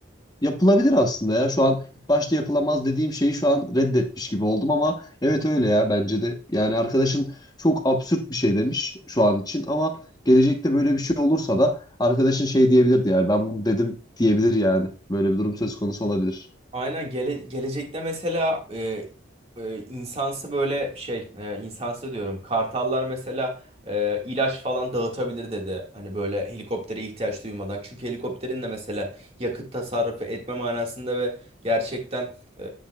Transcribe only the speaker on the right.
Aynen gele, gelecekte mesela e, e, insansı böyle şey e, insansı diyorum kartallar mesela e, ilaç falan dağıtabilir dedi. Hani böyle helikoptere ihtiyaç duymadan. Çünkü helikopterin de mesela yakıt tasarrufu etme manasında ve gerçekten e,